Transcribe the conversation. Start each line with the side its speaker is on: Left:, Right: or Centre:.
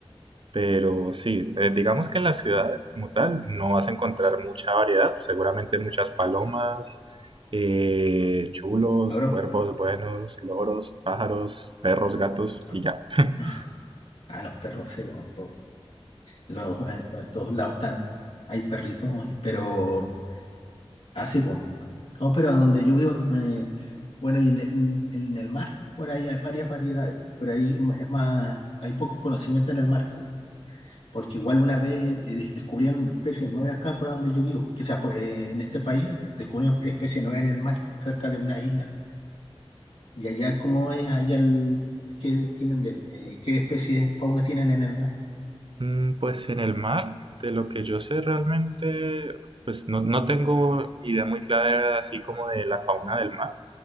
Right: Pero sí, eh, digamos que en las ciudades como tal no vas a encontrar mucha variedad, seguramente muchas palomas, eh, chulos,
Left: ¿Loro?
Right: cuervos buenos, loros, pájaros, perros, gatos
Left: No.
Right: y ya. <laughs>
Left: <laughs> Ah, los perros se van Los, eh, los- estos lados están, hay perritos, pero así, pues. No, pero a donde yo vivo, eh, bueno, y en el, en el mar, por ahí hay varias variedades, po, pero ahí ma- es más, hay poco conocimiento en el mar, po, porque igual una vez eh, de- descubrieron especies nuevas acá por donde yo vivo, que sea, por- eh, en este país descubrieron especies nuevas en el mar, cerca de una isla. Y allá, ¿cómo es allá el, qué tienen del, eh, qué especies de fauna tienen en el mar?
Right: Mm, Pues en el mar, de lo que yo sé realmente, pues no, no tengo idea muy clara así como de la fauna del mar.